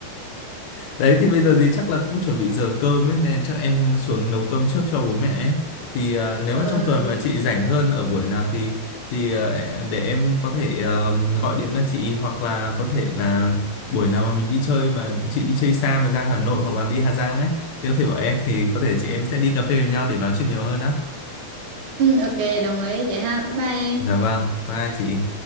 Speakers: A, on the left; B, on the right.
A: đấy thì bây giờ thì chắc là cũng chuẩn bị giờ cơm ấy nên chắc em xuống nấu cơm trước cho bố mẹ ấy. thì à, nếu
B: Ờ,
A: mà
B: ừ,
A: trong tuần mà chị rảnh hơn ở buổi nào thì thì à, để em có thể ờ, gọi điện cho chị hoặc là có thể là buổi nào mà mình đi chơi mà chị đi chơi xa mà ra Hà Nội hoặc là đi Hà Giang ấy thì có thể bảo em thì có thể chị em sẽ đi cà phê với nhau để nói chuyện nhiều hơn á
B: ok đồng ý vậy ha bye bye em
A: Dạ vâng, bye chị.